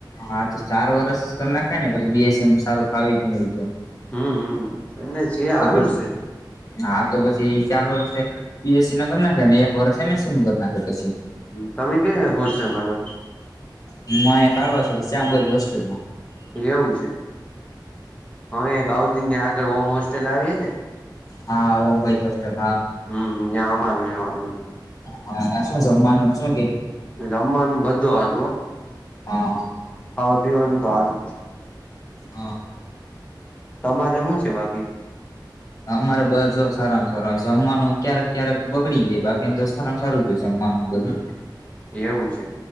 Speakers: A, on the left (about 45°); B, on the left (about 15°).
A: હા તો ચાર વરસ કર નાખાઈ ને પછી બી. એસ. સી મ સારું ફાવી ગયું હોય તો
B: હમ હમ એટલે છે સારું
A: તો પછી
B: જ છે
A: હા તો પછી ચાર વર્ષ બી. એસ. સી ના કર નાખે ને એક વર્ષ એમ. એસ. સી નું કર નાખે પછી
B: હ તમે કઈ હોસ્ટેલ માં રો છો
A: હું અંયા કાઢવા ચોકડી શ્યામ બોઇઝ હોસ્ટેલ માં
B: એવું છે અવે બાઉ દિન ની આગળ ઓમ હોસ્ટેલ આવી હેને
A: હા ઓમ બોયઝ હોસ્ટેલ હા
B: હમ ન્યા અમાર રેવાનું હ
A: હા ન્યા સુ જમવાનું શું કે
B: જમમાંનું બધું હારું હો
A: હ
B: ફાવતી હોઈન તો હારુ
A: હા
B: તમારે હું છે બાકી
A: અમારે બસ જો સારામ સારું હો છે જમવાનું ક્યારેક ક્યારેક બગડી જાય બાકીન તો સારામ સારું હોય જમવાનું બધું
B: એવું છે